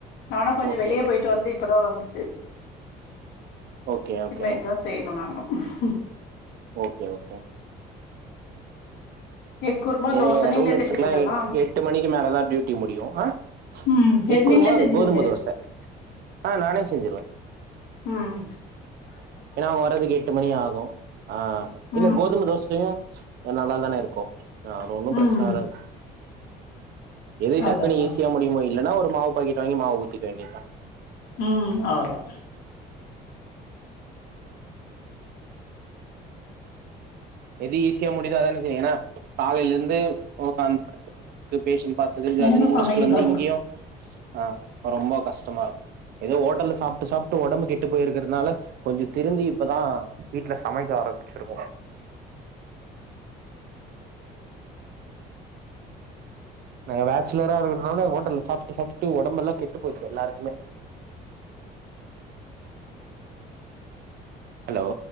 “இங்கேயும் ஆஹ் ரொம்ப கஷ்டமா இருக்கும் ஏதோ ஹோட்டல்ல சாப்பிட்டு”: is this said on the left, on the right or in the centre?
Right